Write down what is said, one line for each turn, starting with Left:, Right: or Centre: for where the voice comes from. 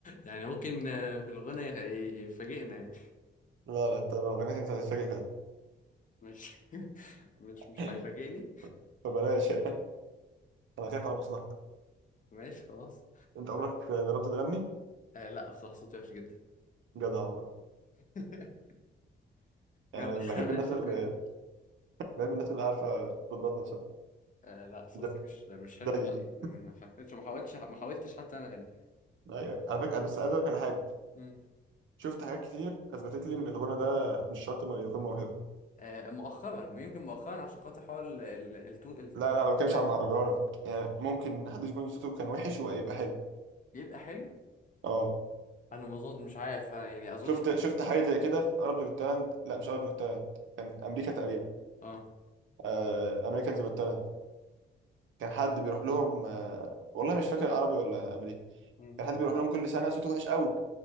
Left: يعني ممكن آه، في الغنى يغ- يفاجئنا يعني
Right: لا لا انت لو غنيت انت هتتفاجئ فعلا
Left: مش <laughs> مش مش
Right: <laughs>
Left: هيفاجئني
Right: فبلاش يعني انا خايف على مصلحتك
Left: ماشي خلاص
Right: انت عمرك جربت تغني
Left: آه لا بصراحة صوتي وحش جدا
Right: جدع والله
Left: <laughs>
Right: يعني
Left: يلا <laughs>
Right: بحب
Left: ماشي
Right: الناس
Left: شكرا
Right: اللي
Left: يا عم
Right: بحب الناس اللي عارفه قدرات نفسها
Left: آه لا صوتي
Right: زي
Left: مش مش حلو
Right: زي
Left: خالص
Right: كده
Left: ما حاولتش ما حاولتش حتى انا اغني
Right: ايوه على فكره بس عايز اقول لك على حاجه
Left: مم.
Right: شفت حاجات كتير اثبتت لي ان الغنى ده مش شرط انه يكون موهبه
Left: آه، مؤخرا ويمكن مؤخرا عشان خاطر حوار ال- ال- التو- الت-
Right: لا لا ما بتكلمش
Left: الواد
Right: عن مهرجانات يعني ممكن حد يكون صوته كان وحش ويبقى حلو
Left: يبقى حلو
Right: اه
Left: انا ما اظن مش عارف أنا يعني اظن
Right: شفت شفت حاجه زي كده في اربز جوت تالنت لا مش اربز جوت تالنت كان امريكا تقريبا
Left: اه
Right: آه امريكانز جوت تالنت كان حد بيروح لهم آه والله مش فاكر عربي ولا امريكي
Left: مم.
Right: كان حد بيروح لهم كل سنه صوته وحش قوي